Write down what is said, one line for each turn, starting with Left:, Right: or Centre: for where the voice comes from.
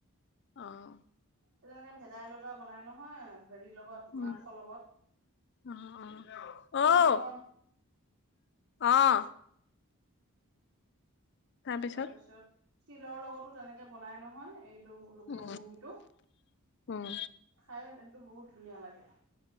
Left: অ'।
Right: তেনেকে ভেদাইলতা বনাই নহয় হেৰিৰ লগত,
Left: উম,
Right: মাংস লগত।
Left: অ', অ'। অ',
Right: তিলম।
Left: অ'। তাৰপিছত?
Right: তাৰপিছত তিলৰ লগতো তেনেকে বনাই নহয়। এই টো লোকেল
Left: উম,
Right: মুৰ্গীটো
Left: উম,
Right: খাই সেইটো বহুত ধুনীয়া লাগে।